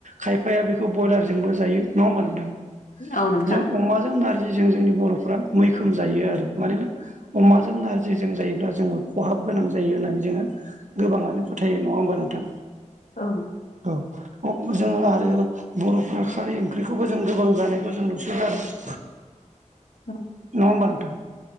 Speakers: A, on the right; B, on the left.
A: खायफाया बेखौ ब्रयलारजोंबो जायो नङा होमबा नोंथां।
B: औ नोंथां
A: जों अमाजों नारजिजों जोंनि बर'फ्रा मैखोम जायो आरो मानोना अमाजों। जों नारजिजों जायोब्ला जोङो खहाब गोनां जायो होननानै जोङो। गोबाङानो फोथायो नङा होमबा नोंथां।
B: औ।
A: औ जों आरो। बर'फ्रा खारै ओंख्रिखौबो जों गोबां जानायखौ जों नुसन जादों।
B: <inaudible>
A: नङा होमबा नोंथां